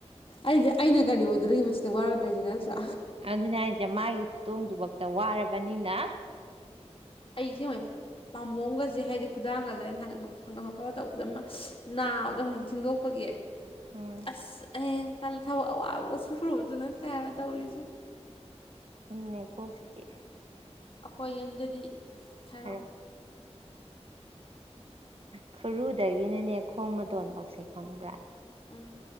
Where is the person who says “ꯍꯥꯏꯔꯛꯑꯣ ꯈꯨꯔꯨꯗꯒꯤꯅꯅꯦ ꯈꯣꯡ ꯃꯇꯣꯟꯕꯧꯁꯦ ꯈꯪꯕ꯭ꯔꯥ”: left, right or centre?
Right